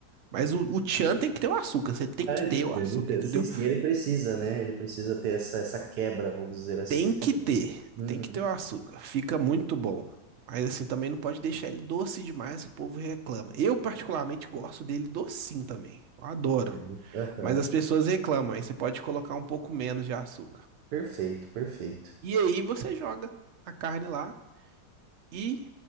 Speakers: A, on the right (about 60°); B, on the right (about 85°).
A: Mas o, o tchan tem que ter o açúcar. Você tem
B: Ah,
A: que
B: entendo,
A: ter o açúcar,
B: entendo.
A: entendeu?
B: Sim, sim, ele precisa, né? Ele precisa ter essa, essa quebra, vamos dizer assim,
A: Tem que ter.
B: né? Uhum,
A: Tem que ter o açúcar. Fica muito bom. Mas assim, também não pode deixar ele doce demais que o povo reclama. Eu, particularmente, gosto dele docinho também. Eu adoro.
B: entendo. Aham.
A: Mas as pessoas reclamam. Aí você pode colocar um pouco menos de açúcar.
B: Perfeito, perfeito.
A: E aí você joga a carne lá e